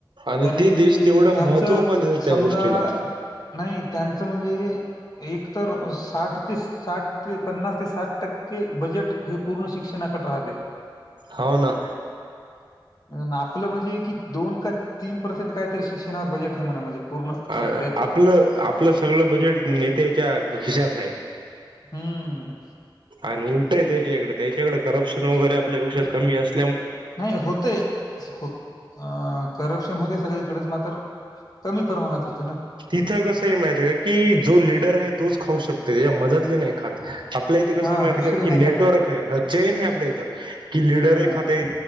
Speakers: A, on the right; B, on the left.
A: आणि
B: त्यांनी
A: ते
B: म्हणजे
A: देश तेवढं
B: त्यांचं
A: महत्त्व पण देतात त्या
B: समजा
A: गोष्टीला
B: नाही त्यांचं म्हणजे एक तर साठ ते साठ ते पन्नास ते साठ टक्के बजेट हे पूर्ण शिक क्षणाकड रहावे
A: हाव ना
B: अन आपलं म्हणजी की दोन क तीन पर्सेंट काय तरी शिक्षणावर बजेट आहे म्हण म्हणजे पूर्ण
A: काय
B: याच
A: आपलं आपलं सगळ बजेट नेत्याच्या खिशात हाय
B: हम्म
A: आन उलटंय त्याच्याकडे त्याच्याकडे करप्शन वगैरे आपल्यापेक्ष कमी अस
B: नाही होतय हो अ करप्शन होतय सगळीकडच मात्र कमी प्रमाणात होते ना
A: तिथं कसं आहे माहिती आहे का की जो लिडर आहे तोच खाऊ शकतो त्याच्या मदतली नाही खात आपल्या इथं कसं
B: हा
A: माहती
B: दुसरे
A: की
B: नाही
A: नेटवर्क
B: खातायत
A: हे चेन हेय आपल्या इथं कि लिडर
B: हा
A: एक खातय